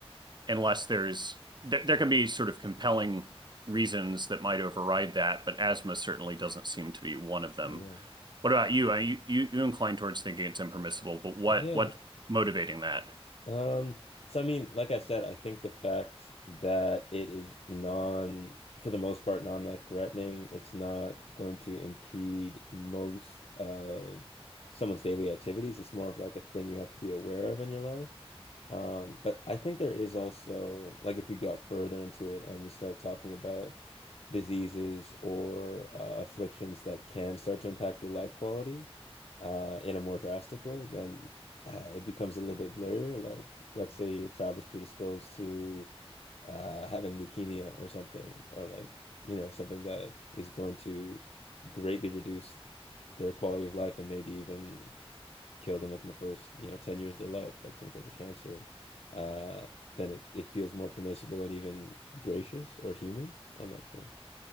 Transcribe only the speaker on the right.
unless there's there, there can be sort of compelling reasons that might override that, but asthma certainly doesn't seem to be one of them.
What about
you? Uh, You you, you incline towards thinking it's impermissible, but what
what motivating that?